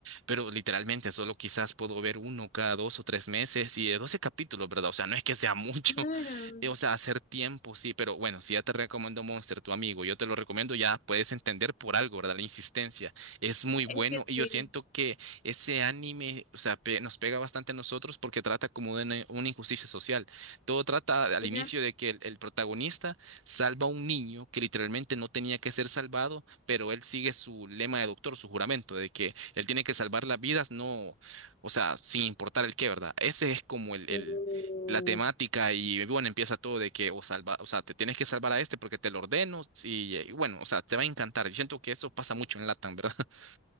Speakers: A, on the right; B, on the left.
A: pero literalmente solo quizás puedo ver uno cada dos o tres meses y de 12 capítulos, ¿verdad? O sea, no es que sea mucho,
B: Claro,
A: <laughs> eh, o sea, hacer tiempo, sí, pero bueno, si ya te recomiendo Monster, tu amigo, yo te lo recomiendo, ya puedes entender por algo, ¿verdad? La insistencia es muy bueno
B: es que
A: y yo
B: sí.
A: siento que ese anime, o sea, pe- nos pega bastante a nosotros porque trata como de una una injusticia social. Todo trata al
B: Mira.
A: inicio de que el, el protagonista salva a un niño que literalmente no tenía que ser salvado, pero él sigue su lema de doctor, su juramento, de que él tiene que salvar las vidas, no, o sea, sin importar el qué, ¿verdad? Ese es como el, el-
B: Uh.
A: la temática y bueno, empieza todo de que o salva, o sea, te tienes que salvar a este porque te lo ordeno sí, y, eh, bueno, o sea, te va a encantar. Yo siento que eso pasa mucho en Latam, ¿verdad? <laughs>